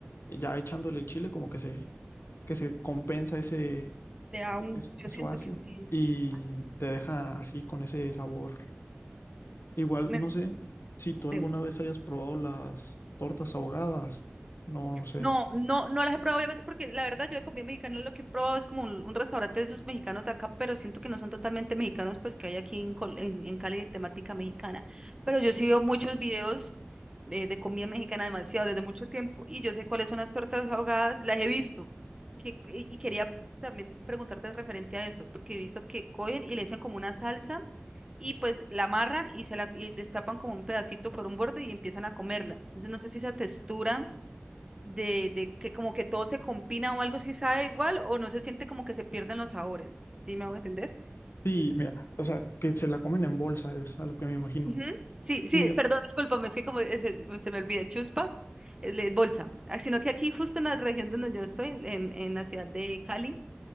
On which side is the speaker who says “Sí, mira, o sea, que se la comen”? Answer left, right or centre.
Left